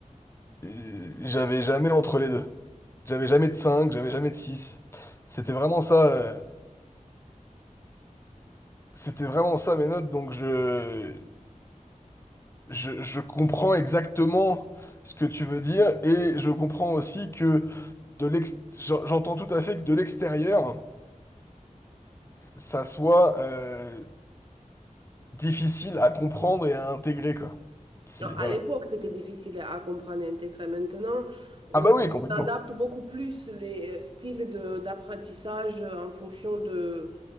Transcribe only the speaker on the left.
Euh, J'avais jamais entre les deux. J'avais jamais de cinq j'avais jamais de six C'était vraiment ça, euh, c'était vraiment ça mes notes, donc je, je, je comprends exactement ce que tu veux dire, et je comprends aussi que de l'ex, j'en- j'entends tout à fait que de l'extérieur, ça soit, euh, difficile à comprendre et à intégrer, quoi. C'est, voilà.
Ah bah oui, complètement.